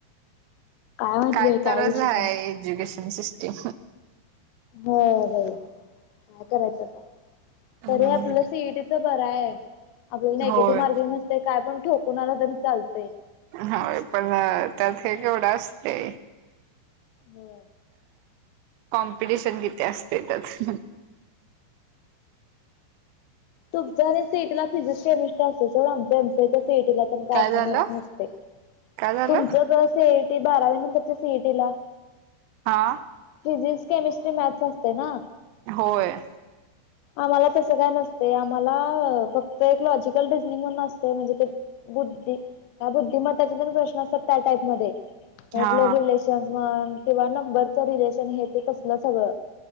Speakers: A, on the left; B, on the right.
A: माहिती
B: काय
A: बाई
B: तरच
A: विषय
B: आहे
A: त्यांचा.
B: Education system.
A: होर काय करायचं आता
B: हम्म
A: तरी आपल्या सट. बर आहे आपल्याला नेगेटिव्ह
B: होय
A: मार्किंग नसते काय पण ठोकणारला तरी चालतं.
B: होय पण त्यात हे केवढं असते.
A: हो.
B: कॉम्पिटिशन किती असते त्याच.
A: तुमचा आणि सीटीला फिजिक्स केमिस्ट्री असत सो आमच्या एमसीच्या सीटीला का
B: काय
A: असं
B: झालं
A: नसते
B: काय झालं
A: तुमचं सीयटी बारावी नंतरच्या सीटी ला
B: हा
A: फिजिक्स केमिस्ट्री मॅथ्स असते ना
B: होय.
A: आम्हाला तसं काय नसत. ते आम्हाला फक्त एक लॉजिकल रिजनिंग म्हण न असते म्हणजे ते बुद्धी का बुद्धिमताचे जण प्रश्न असतात त्या टाईपमध्येध्ये ब्लव
B: हा
A: रिलेशन्स म्हण किंवा नंबरचं रिलेशन हे ते तसलं सगळं